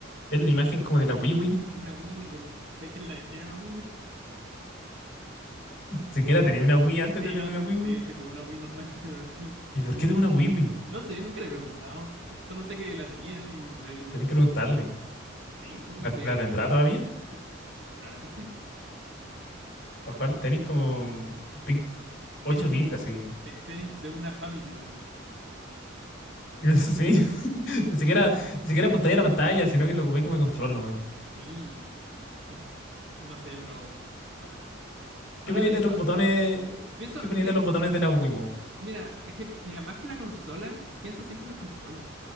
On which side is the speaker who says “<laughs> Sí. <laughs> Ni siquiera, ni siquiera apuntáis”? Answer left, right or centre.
Left